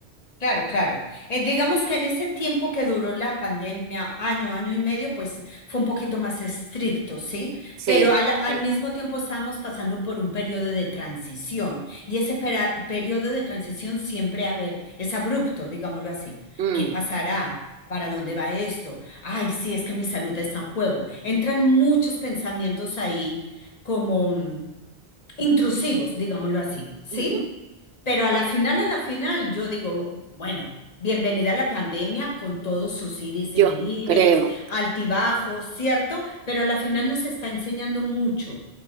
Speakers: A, on the left (about 40°); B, on the right (about 80°).
A: Claro, claro. Eh, digamos que en ese tiempo que duró la pandemia, año, año y medio, pues fue un poquito más estricto, ¿sí?
B: Sí,
A: Pero al, al
B: Sí.
A: mismo tiempo estábamos pasando por un periodo de transición y ese pera- periodo de transición siempre, a ver, es abrupto, digámoslo así.
B: Mm.
A: ¿Qué pasará? ¿Para dónde va esto? Ay, sí, es que mi salud está en juego. Entran muchos pensamientos ahí como mm, intrusivos, digámoslo así, ¿sí?
B: Ujú.
A: Pero a la final, a la final, yo digo, bueno, bienvenida a la pandemia con todos sus ires
B: Yo
A: y venires,
B: creo.
A: altibajos, ¿cierto? Pero a la final nos está enseñando mucho,